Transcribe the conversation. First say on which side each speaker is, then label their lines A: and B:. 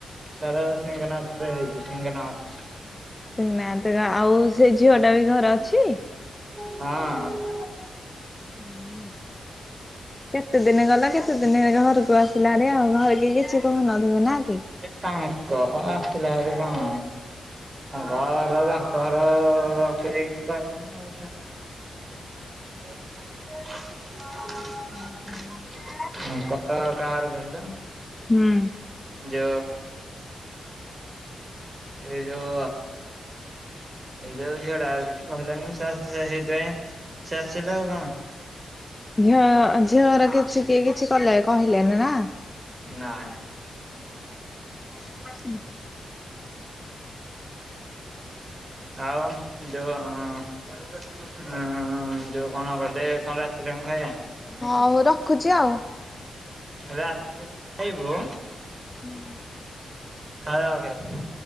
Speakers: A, on the right; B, on the left.
A: ସାରା ସିଂଙ୍ଗନାଥ ହେଇଛି ସିଂଙ୍ଗନାଥ।
B: ସେନା ଆଉ ସେ ଝିଅ ଟା ବି ଘରେ ଅଛି?
A: ହଁ
B: ହୁଁ କେତେ ଦିନ ଗଲା କେତେ ଦିନ ଘରକୁ ଆସିଲା ଆଣି ଆଉ ଘର କି କିଛି କହୁନଥିବେ ନା କି?
A: କାଇଁ ତ ଆସିଲାରେ କଣ। ଘର ତାଙ୍କର କେହି କିଛି କହିଲେନି ଆଉ। <unintelligible>
B: <unintelligible>
A: <unintelligible> କାହାର କହିଲ
B: ହୁଁ
A: ଯୋଉ ଏଇ ଯୋଉ ଏଇଯଉ ଝିଅଡା ଆଉ କିଛି କହିଲାନି ସେଇଥିପାଇଁ ସେ ଆସିଲା ଆଉ କଣ
B: ଝିଅ ଝିଅର କିଛି କିଏ କିଛି କଲେ କହିଲେନି ନା?
A: ନାଇଁ।
B: <unintelligible>
A: <unintelligible> ଯୋଉ ହଁ ଯୋଉ କଣ କଲେ କଣ ରାତିରେ କଣ ଖାଇବା?
B: ହଉ ରଖୁଛି ଆଉ।
A: ରାତି ଆାଇବୁ।
B: ହଁ
A: <unintelligible>